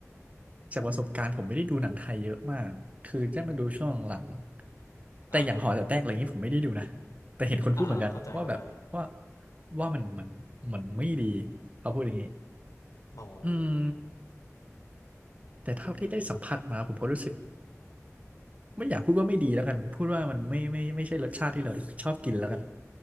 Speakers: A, on the right (about 25°); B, on the left (about 85°).
A: จากประสบการณ์ผมไม่ได้ดูหนังไทยเยอะมากคือได้มาดูช่วงหลังแต่อย่างหอแต๋วแตกอะไรอย่างนี้ผมไม่ได้ดูนะ
B: อ่ะอ่า
A: แต่เห็นคนพูดเหมือนกันว่าแบบว่า
B: อ่าอ่าเข้าใจเข้าใจ
A: ว่ามันมันมันไม่ดีเขาพูดอย่างนี้
B: เอ
A: อืม
B: า
A: แต่เท่าที่ได้สัมผัสมาผมก็รู้สึกไม่อยากพูดว่าไม่ดีแล้วกันพูดว่ามันไม่ไม่ไม่ใช่รสชาติที่เราชอบกินแล้วกัน